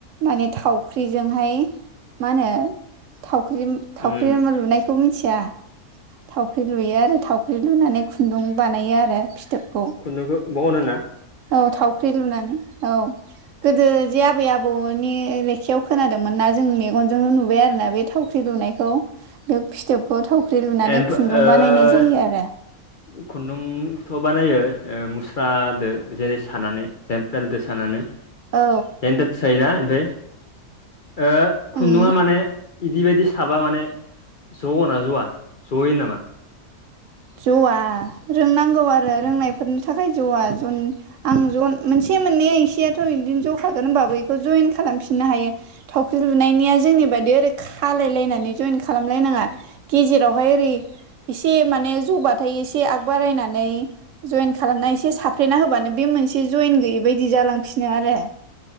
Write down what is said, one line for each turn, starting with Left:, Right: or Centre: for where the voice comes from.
Right: माने थावख्रिजोंहाय मा होनो थावख्रि थावख्रि
Left: उम
Right: लुनायखौ मिथिया थावख्रि लुयो आ थावख्रि लुनानै खुन्दुं बानायो आरो फिथोबखौ
Left: खुन्दुंखो बहनो‌ ना?
Right: औ थावख्रि लुनानै औ गोदो जे आबै आबौनि लेखायाव खोनादोंमोन ना जोंनियाव अनजोंनो नुबाय आरो ना बे थावख्रि लुनायखौ बे फिथोबखौ थावख्रि लुनानै
Left: एनफा
Right: खुन्दुं बानायनाय
Left: <inaudible>
Right: जायो आरो
Left: खुन्दुंथ' बानायो ओ मुस्रादो जेरै सानानै जेन <unintelligible>
Right: औ
Left: सायोना ओमफ्राय ओ खुन्दुङा
Right: उम
Left: माने इदि बायदि साबा माने जओना जआ? जयो नामा?
Right: ज'आ रोंनांगौ आरो रोंनायफोरनि थाखाय ज'आ जन आं ज' मोनसे मोननैया एसेयाथ' बिदिनो ज'खागोन होनबाबो बेखौ जयन खालामफिननो हायो। थावख्रि लुनायनिया जोंनि बायदि ओरै खालायलायनानै जयेन खालामलायनाङा गेजेरावहाय ओरै एसे माने जौबाथाय एसे आगबारायनानै जयेन खालामना एसे साफ्रेना होबानो बे मोनसे जयेन गैयै बायदि जालांफिनो आरो